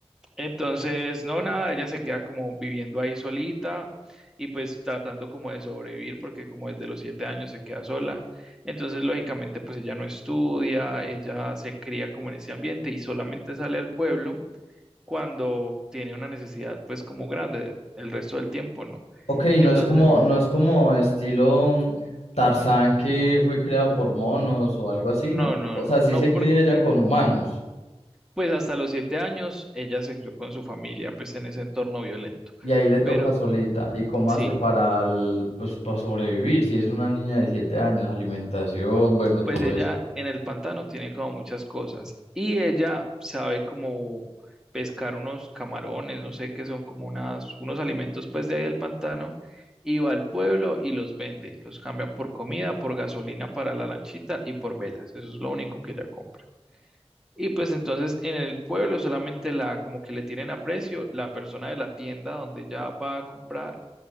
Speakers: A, in the centre; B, on the left.
A: Entonces, no, nada, ella se queda como viviendo ahí solita y pues tratando como de sobrevivir porque como desde los siete años se queda sola. Entonces, lógicamente, pues ella no estudia, ella se cría como en ese ambiente y solamente sale al pueblo cuando tiene una necesidad pues como grande, el resto del tiempo no.
B: Ok,
A: Entonces,
B: no es como, no es como estilo mm, Tarzán que fue creado por monos o algo así,
A: no,
B: ¿no?
A: no,
B: O
A: no,
B: sea, sí
A: no,
B: se
A: porque
B: cría ya
A: <laughs>
B: con humanos.
A: pues hasta los siete años ella se crió con su familia pues en ese entorno violento.
B: Y ahí le toca
A: Pero
B: solita. ¿Y cómo
A: sí,
B: hace para, el- pues, para sobrevivir? Si es una niña de siete años, alimentación, bueno, todo
A: pues ella
B: eso.
A: en el pantano tiene como muchas cosas y ella sabe como pescar unos camarones, no sé qué son como unas, unos alimentos pues de ahí del pantano y va al pueblo y los vende, los cambia por comida, por gasolina para la lanchita y por velas, eso es lo único que ella compra. Y pues entonces en el pueblo solamente la como que le tienen aprecio la persona de la tienda donde ella va a comprar